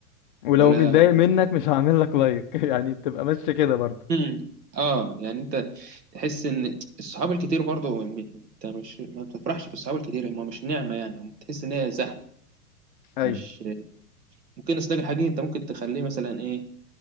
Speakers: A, on the left; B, on the right.
A: ولو
B: ولا
A: متضايق
B: ولا
A: منك مش هعمل لك لايك <laughs> يعني بتبقى ماشية كده برضه
B: مم. اه يعني انت تحس ان الصحاب الكتير برضو م- انت مش ما بتفرحش بالصحاب الكتير هم مش نعمه يعني هم تحس ان هي زحمه
A: ايوه
B: مش ممكن اصدق الحقيقي انت ممكن تخليه مثلا ايه